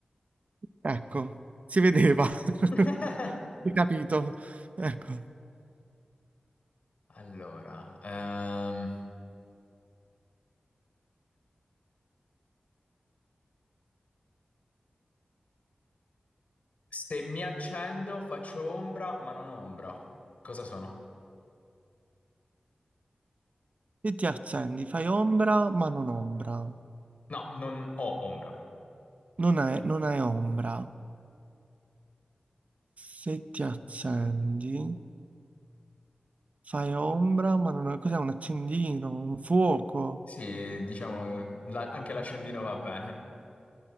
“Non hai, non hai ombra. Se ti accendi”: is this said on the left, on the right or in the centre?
Right